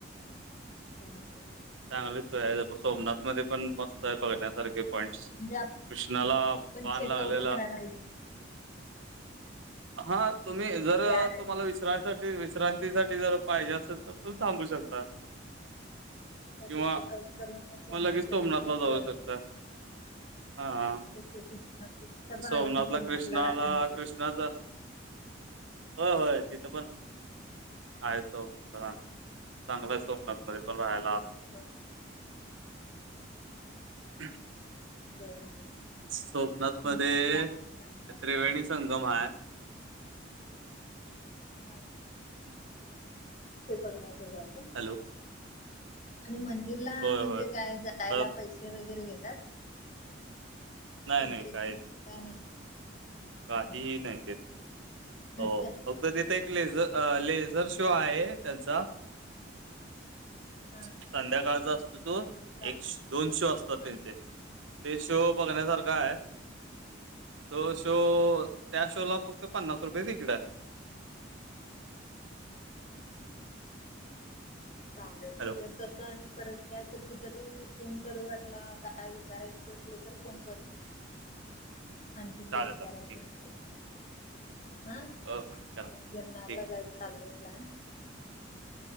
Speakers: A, on the left; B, on the right.
A: <unintelligible>
B: चांगली सोय आहे, जस सोमनाथ मध्ये पण मस्त आहे बघण्यासारख. पॉईंट,
A: म्हणजे
B: कृष्णाला
A: आपण
B: बान
A: चेकआउट
B: लागलेला
A: करायला पाहिजे
B: हा तुम्ही जर
A: ते आरण्य
B: तुम्हाला विस विसरासाठी विश्रांतीसाठी जर पाहिजे असेल तर तु थांबू शकता.
A: नाय
B: किंवा
A: त चेकआउट करून सोमनाथला
B: मग लगेच
A: गेलेलंचं
B: जाऊ
A: बर
B: शकता हा
A: चेकिंग तिथं पण
B: सोमनाथला
A: आहे
B: कृष्णाला
A: राहण्याचं
B: कृष् णाचा होय होय तिथं पण आहे चं <unintelligible> सोमनाथ चांगलाय सोमनाथ मध्ये पण राहायला.
A: बरं
B: <unintelligible>
A: बर बर
B: सोमनाथ
A: आपण
B: मध्ये
A: नक्की प्लॅन करणार
B: ते त्रिवेणी संगम हाय.
A: हां ते बघण्या जोग हाय का?
B: हॅलो
A: आणि मंदिरला
B: होय
A: म्हणजे
B: होय
A: काय? जा जायला
B: परत
A: पैसे वगैरे घेतात
B: नाही
A: एंट्री
B: नाही काही
A: फी
B: नाही
A: का नाही.
B: काहीही
A: काय नाही का
B: नाय हो
A: ती असते
B: फक्त तिथे एक लेझर अ लेझर शो आहे त्यांचा
A: हा
B: संध्याकाळचा असतो तो
A: रात्री
B: एक दोन शो असतात
A: हा
B: त्यांचे ते शो बघण्यासारखा हाय तो शो त्या शोला फक्त पन्नास रुपये तिकिट हाय.
A: <unintelligible> चांगल.
B: हॅलो
A: त तसं आणि परत कायतर कुठ तरी फोन करू वाटला काय विचारायच असलं तर फोन करतो. आणखीन काय
B: चालेल
A: विचारायचं
B: चालेल ठीक
A: असल तर. हा
B: अ करा
A: आम्ही
B: ठीक
A: गिरनारला
B: आहे
A: जायचं चाल्लंय प्लॅन हम्म